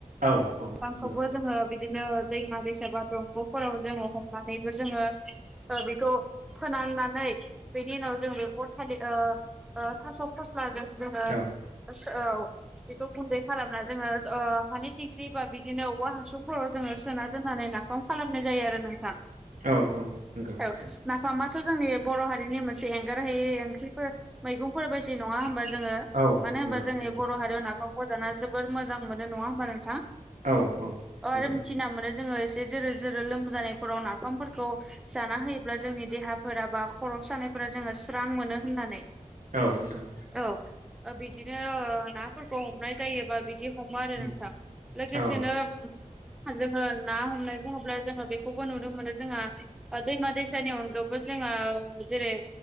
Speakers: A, on the right; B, in the centre.
A: औ औ
B: दामखौबो
A: नंगौ
B: जोङो बिदिनो। दैमा दैसा बा दंगफोराव जोङो हमनानैबो जोङो बेखौ। फोनाननानै बेनि उनाव जों बेखौ थालि थास फस्ला जों जोङो
A: औ
B: औ बेखौ गुन्दै खालामना जोङो ओ-हानि थिंख सोरबा बिदिनो औवा हासुंफोराव जोङो सोना दोननानै नाफाम खालामनाय जायो आरो नोंथां।
A: औ नंगौ नोंथां
B: औ नाफामाथ जोंनि बर हारिनि मोनसे एंगारहायै ओंख्रिफोर मैगंफोर बायसि नङा होनोमबा जोङो
A: औ
B: मानो होनबा
A: नंगौ नोंथां
B: जोंनि बर हारियाव ना बजाना जोबोर मोजां मोनो नङा होमबा नोंथां।
A: औ औ
B: आरो
A: नंगौ
B: मिथिना मोनो जोङो एसे जोरो जोरो लोमजानायफोराव नाफामफोरखौ खौ जाना होयोब्ला जोंनि देहाफोरा बा खर‌ सानायफोरा जोङो स्रां मोनो होननानै।
A: औ नोंथां
B: औ बिदिनो नाफोरखौ हमनाय जायोबा बिद बिदि हामो आरो
A: उम
B: नोंथां लोगोसेनो।
A: औ
B: जोङो ना हमनाय बुङोब्ला जोङो बेखौबो नुनो मोनो जोंहा आदै मादैसानि अनगाबो जोङो जेरै